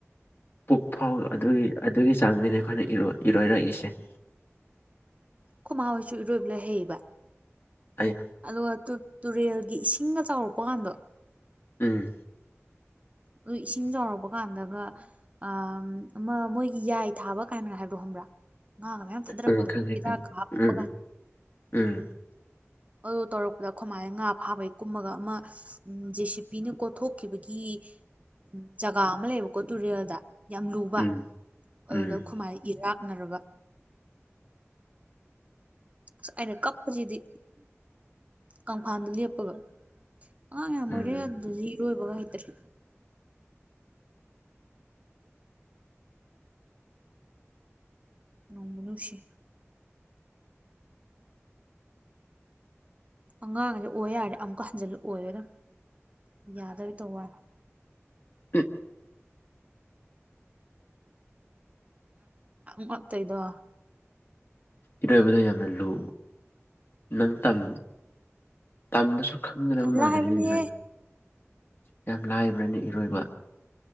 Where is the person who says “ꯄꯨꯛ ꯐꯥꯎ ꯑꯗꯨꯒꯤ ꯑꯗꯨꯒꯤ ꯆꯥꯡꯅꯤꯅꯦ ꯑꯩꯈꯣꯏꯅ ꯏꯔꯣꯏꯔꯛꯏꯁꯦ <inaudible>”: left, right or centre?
Left